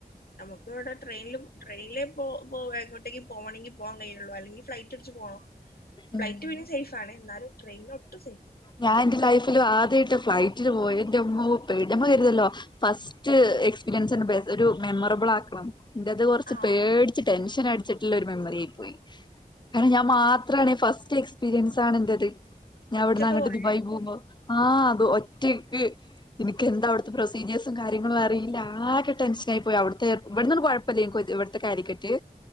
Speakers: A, on the left; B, on the left.
A: നമുക്ക് ഇവിടെ ട്രെയിനിൽ ട്രെയിനിൽ പോ പോ ടെങ്കിലും പോവണങ്കി പോവാൻ കഴിയുള്ളു അല്ലെങ്കിൽ ഫ്ലൈറ്റ് ച്ചു പോണം ഫ്ലൈറ്റ്
B: ഉം
A: പിന്നെ സേഫ് ആണ് എന്നാലും ട്രെയിൻ ഒട്ടും സേഫ് അല്ല
B: ഞാൻ എന്റെ ലൈഫ് ല് ആദ്യമായിട്ട് ഫ്ലൈറ്റില് പോയ എന്റമ്മോ പേട് നമ്മള് കരുതല്ലോ ഫസ്റ്റ് എക്സ്പീരിയൻസ് ഒരു മെമ്മറബിൾ ആക്കണം. ന്റെത് കുറച്ച്
A: ആ
B: പേടിച്ച് ടെൻഷ അടിച്ചിട്ടുള്ള ഒരു മെമ്മറി ആയി പോയി. കാരണം ഞാൻ മാത്രമാണ് ഫസ്റ്റ് എക്സ്പീരിയൻസ് ആണ് എന്റെത്. ഞാൻ
A: ഒറ്റക്ക്
B: അവിടന്ന് അങ്ങിട്ട്
A: പോയി
B: ദുബായി പോകുമ്പോ ആഹ് അത് ഒറ്റയ്ക്ക്, എനക്ക് എന്താ അവിടുത്തെ പ്രൊസീജിയേഴ്സും കാര്യങ്ങളും അറിയില്ല ആകെ ടെൻഷനായി പോയി അവിടുത്തെ ഇവിടന്നന്നും കൊഴപ്പമില്ലേ എനി ഇവിടത്തെ കാലിക്കറ്റ്